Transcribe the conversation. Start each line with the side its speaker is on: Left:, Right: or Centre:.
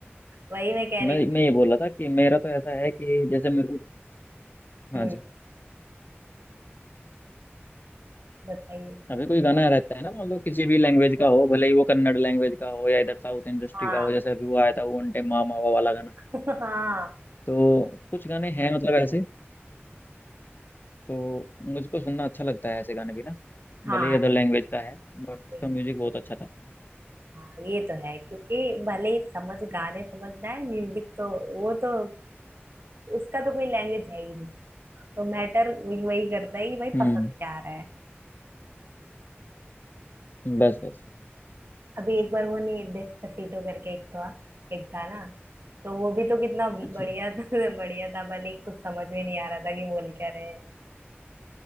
Right: वही मैं कह
Left: मैं
Right: रही थी
Left: मैं ये बोल रहा था कि मेरा तो ऐसा है कि जैसे मेरे को हाँ
Right: हम्म
Left: जी
Right: बताइए
Left: अभी कोई गाना रहता है ना मान लो किसी भी लैंग्वेज का हो भले ही वो कन्नड़ लैंग्वेज का हो या इधर साउथ इंडस्ट्री
Right: हाँ
Left: का हो जैसे अभी वो आया था वो अंटे मा मावा वाला गाना
Right: <laughs> हाँ
Left: तो कुछ गाने हैं मतलब ऐसे तो मुझको सुनना अच्छा लगता है ऐसे गाने भी ना
Right: हाँ
Left: भले ही अदर लैंग्वेज का है बट उसका
Right: वही।
Left: म्यूजिक बहुत अच्छा था
Right: हाँ ये तो है क्योंकि भले ही समझ गाने समझना है म्यूजिक तो वो तो उसका तो कोई लैंग्वेज है ही नहीं तो मैटर वही वही करता है कि भाई
Left: हम्म
Right: पसंद क्या आ रहा है
Left: बस बस
Right: अभी एक बार वो नहीं डेस्पासिटो करके एक था एक था ना तो वो भी तो कितना बढ़िया
Left: अच्छा
Right: था <laughs> बढ़िया था भले ही कुछ समझ में नहीं आ रहा था कि बोल क्या रहे हैं